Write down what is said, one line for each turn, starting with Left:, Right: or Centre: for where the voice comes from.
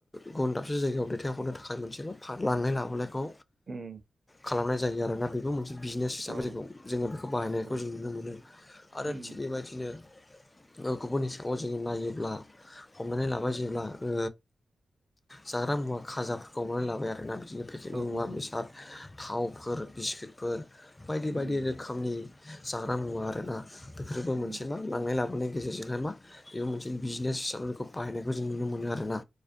Left: गुबुन दाबसे जायगायाव दैथाय हरनो थाखाय मोनसे मा लांनाय लाबोलायखौ
Right: उम
Left: खालामनाय जायो आरोना बेबो मोनसे बिजनेस हिसाबै
Right: औ
Left: जोंखौ जोङो बेखौ बाहायनायखौ
Right: औ
Left: जों नुनो मोनो। आरो
Right: उम
Left: थिग बेबायदिनो गुबुननि सिगाङाव जोङो नायोब्ला हमनानै लाबाय
Right: उम
Left: जेब्ला ओ जाग्रा मुवा खाजाफोरखौ मावनानै लाबाय आरोना बिदिनो पेकेटनि
Right: औ
Left: मुवा
Right: नंगौ
Left: बेसाद थावफोर बिस्कुटफोर बायदि बायदि।
Right: उम
Left: ओंखामनि जाग्रा मुवा आरोना बेफोरबो
Right: उम
Left: मोनसे मा लांनाय लाबोनाय गेजेरजोंहाय मा बेबो मोनसे बिजिनेस हिसाबै बेखौ बाहायनायखौ जों नुनो मोनो आरोना।